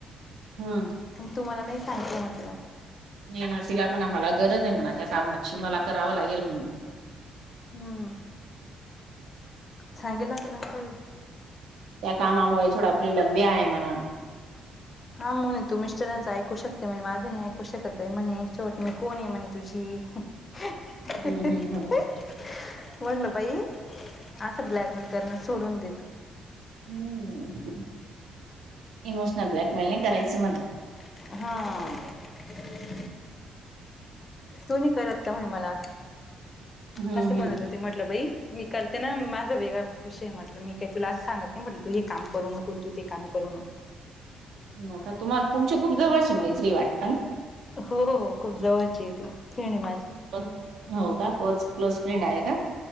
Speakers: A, on the right; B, on the left.
A: हम्म.
B: म तुम्हाला नाही सांगिते म्हंटलं
A: नाही न त्सिला म्हणा मला गरजहे म्हणा त्या कामाची मला करावं लागेल म्ही
B: हम्म, सांगेल आता नंतर
A: त्या कामामुळे थोडा फ्रीडम बी आहे म्हणा.
B: हां म्हणे तू मिस्टरचं ऐकू शकते म्हणे, माझं नाही ऐकू शकत बाई म्हणे, शेवट मी कोणंय म्हणे तुझी. ह्ह
A: हम्म
B: हह
A: हम्म हम्म.
B: हअ म्हटलं बाई, आसं ब्लॅकमेल करणं सोडून दे तू.
A: हं, इमोशनल ब्लॅकमेल नाही करायचं म्हणा.
B: हाआ. तू नै कलत का म्हणे मला,
A: हम्म
B: असं
A: हम्म
B: म्हणत होती मल म्हटलं बाई, मी करते ना, माझा वेगळा विषय म्हटलं मी काही तुला असं सांगत नाही म्हटलं तू हे काम करू न पन तू ते काम करू नकॉ
A: न का? तुम्हाला तुमची खूप जवळची मैत्रीय वाटतं?
B: हो हो खूप जवळचीय ती, फेणय माझी.
A: पण हो का? कोज क्लोज फ्रेंड आहे का?